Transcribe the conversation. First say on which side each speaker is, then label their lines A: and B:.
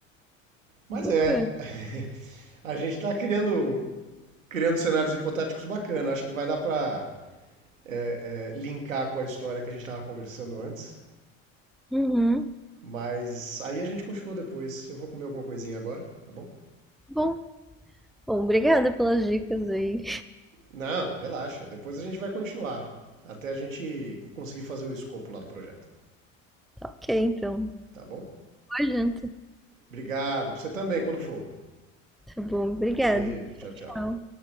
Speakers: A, on the right; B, in the centre.
A: Mas
B: bacana.
A: é, <laughs> a gente tá criando, criando cenários hipotéticos bacanas. Acho que vai dar para é, é, linkar com a história que a gente estava conversando antes.
B: Uhum.
A: Mas aí a gente continua depois. Eu vou comer alguma coisinha agora, tá bom?
B: Bom, Bom, obrigada pelas dicas aí.
A: Não, relaxa. Depois a gente vai continuar. Até a gente conseguir fazer o escopo lá do projeto,
B: Tá ok, então.
A: tá bom?
B: Boa janta.
A: Obrigado. Pra você também, quando for.
B: Tá bom, obrigada.
A: Beijo, tchau, tchau.
B: Tchau.